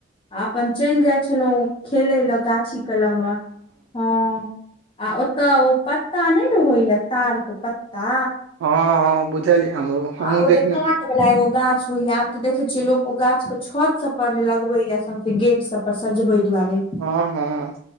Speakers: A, on the left; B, on the right.
A: आ अपन चलि जाइ छलहुं खेलै लए गाछी कलम मऽ हँ आ ओतय ओ पत्ता नहि रहैय तार कऽ पत्ता
B: हँ बुझलियै हमरो हमहुँ
A: आ ओ
B: देखने
A: जे काँट वला एगो गाछ होइया त देखे छीिये लोको ओ गाछ के छत सब पर लगबे या सौंसे गेट सब पर सजवे दुआरे
B: हँ हँ